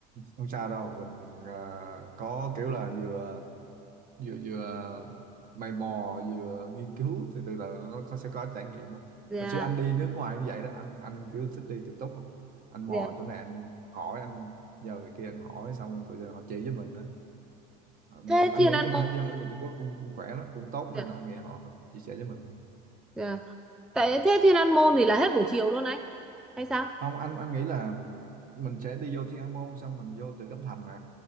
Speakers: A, on the right (about 40°); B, in the centre.
A: không sao đâu mình ờ, có kiểu là vừa vừa vừa mày mò vừa nghiên cứu thì từ từ nó có, sẽ có trải nghiệm mà
B: dạ
A: hồi xưa anh đi nước ngoài cũng vậy đó anh anh kiểu thích đi tự túc mà. anh mò
B: dạ
A: chỗ này anh hỏi anh nhờ người kia anh hỏi xong rồi tụi họ chỉ với mình đó Ờ, mà
B: thế
A: anh
B: Thiên
A: nghĩ
B: An
A: chứ
B: Môn
A: hai dân ở Trung Quốc cũng cũng khỏe lắm cũng tốt
B: dạ
A: nên là anh nghĩ họ, họ chia sẻ với mình thôi
B: dạ tại thế Thiên An Môn thì là hết buổi chiều luôn anh hay sao
A: không anh anh nghĩ là mình sẽ đi vô Thiên An Môn xong mình vô Tử Cấm Thành nè